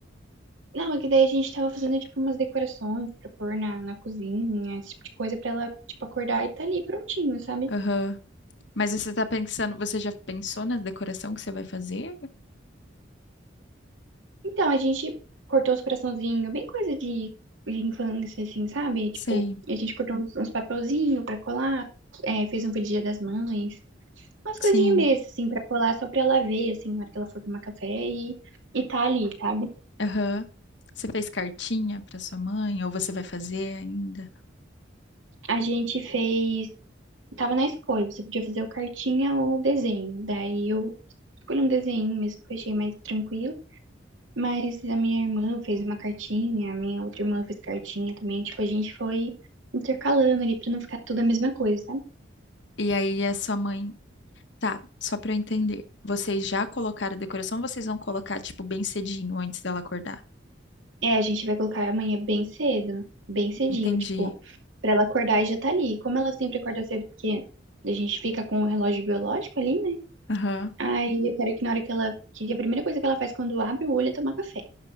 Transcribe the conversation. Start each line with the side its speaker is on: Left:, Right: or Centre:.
Right: não, é que daí a gente tava fazendo, tipo, umas decorações pra pôr na, na cozinha, esse tipo de coisa pra ela, tipo, acordar e tá ali prontinho, sabe?
Left: Aham. Mas você tá pensando, você já pensou na decoração que você vai fazer?
Right: Então, a gente cortou uns coraçãozinhos, bem coisa de, de infância, assim, sabe? Tipo,
Left: Sei.
Right: a gente cortou uns, uns papelzinhos pra colar, é, fez um pro Dia das Mães, umas coisinhas
Left: Sim,
Right: mesmo, assim, pra colar só pra ela ver, assim, na hora que ela for tomar café e, e tá ali, sabe?
Left: aham. Você fez cartinha para sua mãe, ou você vai fazer ainda?
Right: A gente fez. Tava na escolha, você podia fazer o cartinha ou o desenho. Daí eu escolhi um desenho mesmo que eu achei mais tranquilo. Mas a minha irmã fez uma cartinha, a minha outra irmã fez cartinha também. Tipo, a gente foi intercalando ali pra não ficar tudo a mesma coisa, sabe?
Left: E aí a sua mãe, tá, só para eu entender. Vocês já colocaram decoração, ou vocês vão colocar tipo bem cedinho antes dela acordar?
Right: É, a gente vai colocar amanhã bem cedo, bem cedinho,
Left: Entendi.
Right: tipo, pra ela acordar e já tá ali. Como ela sempre acorda cedo, porque a gente fica com o relógio biológico ali, né?
Left: Aham,
Right: Aí eu quero que na hora que ela. Que a primeira coisa que ela faz quando abre o olho é tomar café.